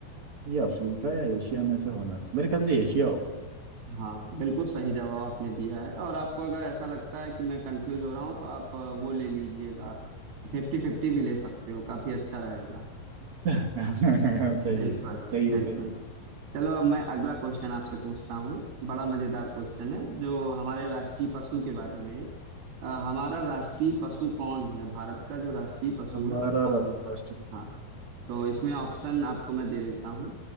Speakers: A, on the right; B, on the right.
A: ये अफ्रीका या एशिया में से होना चाहिए। मेरे ख्याल से एशिया होगा
B: हाँ बिल्कुल सही जवाब आपने दिया है और आपको अगर ऐसा लगता है कि मैं कंफ्यूज हो रहा हूँ तो आप अ, वो ले लीजिएगा फिफ्टी फिफ्टी भी ले सकते हो काफी अच्छा रहेगा
A: <laughs> सही
B: बिल्कुल
A: है सही
B: बिल्कुल
A: है सही है
B: चलो अब मैं अगला क्वेश्चन आपसे पूछता हूँ बड़ा मजेदार क्वेश्चन है जो हमारे राष्ट्रीय पशु के बारे में है। अ, हमारा राष्ट्रीय पशु कौन है भारत का जो राष्ट्रीय पशु
A: हमारा
B: है वो कौन
A: राष्ट्र
B: है हाँ तो इसमें ऑप्शन आपको मैं दे देता हूँ